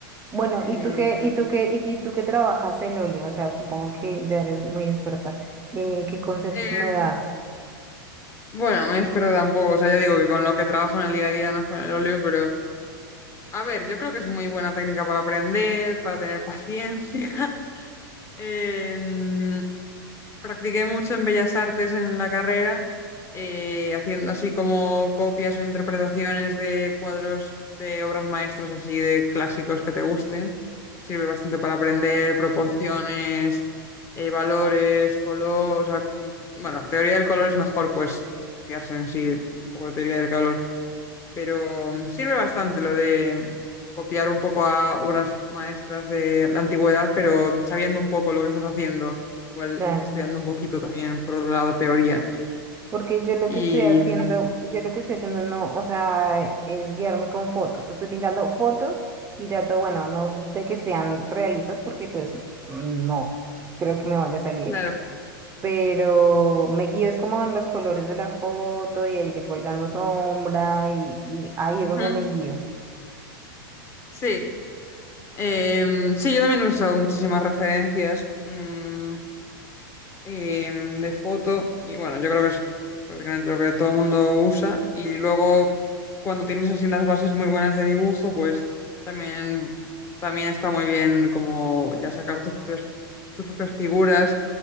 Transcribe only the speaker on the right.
Bueno,
¿y tú qué, y tú qué, y, y tú qué trabajas el óleo? O sea, supongo que ya eres muy experta. Eh, ¿qué consejos
me das?
Claro.
Porque yo lo
que estoy haciendo,
yo lo que estoy haciendo no, o sea, es guiarme con fotos. Estoy pintando fotos y trato, bueno, no de que sean realistas porque pues no creo que me vaya a salir,
pero me guío es como en los colores de la foto y ahí le voy dando sombra y, y ahí es donde
me guío.